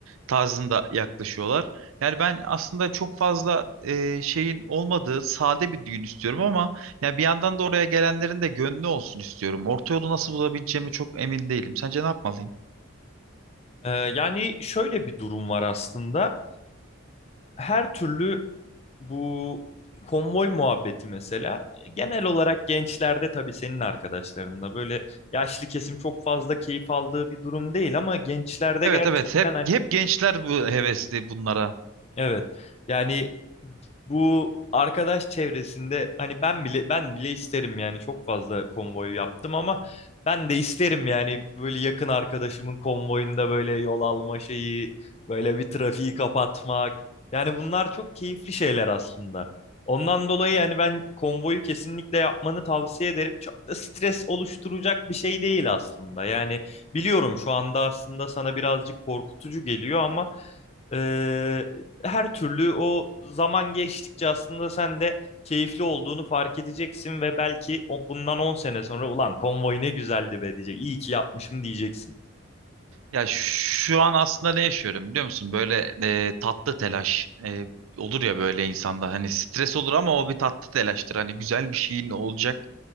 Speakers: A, on the right; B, on the left.
A: tarzında yaklaşıyorlar. Yani ben aslında çok fazla e, şeyin olmadığı sade bir düğün istiyorum ama ya bir yandan da oraya gelenlerin de gönlü olsun istiyorum. Orta yolu nasıl bulabileceğimi çok emin değilim. Sence ne yapmalıyım?
B: Ee, yani şöyle bir durum var aslında. Her türlü bu konvoy muhabbeti mesela genel olarak gençlerde tabii senin arkadaşlarında böyle yaşlı kesim çok fazla keyif aldığı bir durum değil ama gençlerde
A: Evet
B: gerçekten
A: evet hep
B: hani
A: hep gençler bu hevesli bunlara.
B: Evet. Yani bu arkadaş çevresinde hani ben bile ben bile isterim yani çok fazla konvoyu yaptım ama ben de isterim yani böyle yakın arkadaşımın konvoyunda böyle yol alma şeyi, böyle bir trafiği kapatmak. Yani bunlar çok keyifli şeyler aslında. Ondan dolayı yani ben konvoyu kesinlikle yapmanı tavsiye ederim. Çok da stres oluşturacak bir şey değil aslında. Yani biliyorum şu anda aslında sana birazcık korkutucu geliyor ama ee, her türlü o zaman geçtikçe aslında sen de keyifli olduğunu fark edeceksin ve belki o bundan 10 sene sonra ulan konvoy ne güzeldi be diyecek. İyi ki yapmışım diyeceksin.
A: Ya şu an aslında ne yaşıyorum biliyor musun? Böyle e, tatlı telaş e, olur ya böyle insanda hani stres olur ama o bir tatlı telaştır. Hani güzel bir şeyin olacak